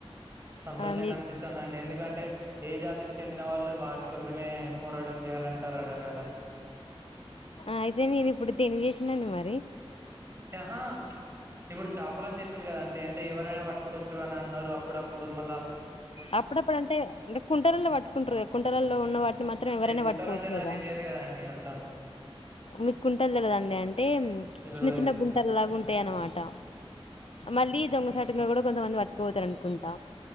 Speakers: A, on the right (about 25°); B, on the left (about 70°).
A: సంతోషంగా
B: ఆ మీ
A: అనిపిస్తంది అండి ఎందు దుకంటే ఏ జాతికి చెందిన వాళ్ళు వాటి కోసమే పోరాటం చేయాలంటారు అంట గాదా
B: ఆ అయితే నేను ఇప్పుడు తిని చేసినాండి మరి
A: అంటే ఆహా ఇప్పుడు చాపలని చెప్పిరు. కదాం అంటె ఎవరైనా వాట్ ట్టుకొచ్చుగాని అని అన్నారు అప్పుడప్పు ఇప్పుడు మళ్ళ
B: అప్పుడప్పుడు అంటే అంటే కుంటల్లో పట్టుకుంటారు కుంటల్లో ఉన్నవాట్ మాత్రం
A: అంటే
B: ఎవరైనా
A: కుంటలు
B: పట్టుకోవచ్చు
A: అంటే నాకు
B: కదా
A: తెలియదు కదండి అట్లా
B: మీకు కుంటలు తెలిదండి అంటే
A: తెలవది
B: చిన్న చిన్న గుంటల లాగా తే అనమాట
A: ఆ
B: మళ్లీ దోంగ సర్ట్ కూడా కొంతమంది పట్కపోతారు అనుకుంటా